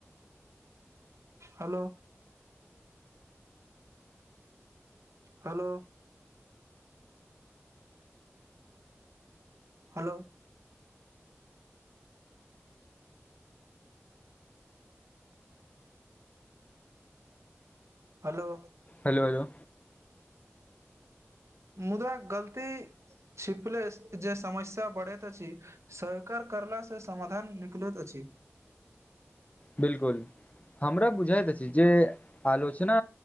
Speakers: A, on the right; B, on the left.
A: hello hello hello hello
B: hello hello
A: मुदा गलती छिपलेजे समस्या बढ़ैत अछि। सरकर करला से समाधान निकलैत अछि।
B: बिल्कूल हमरा बुझायत अछि जे आलोचना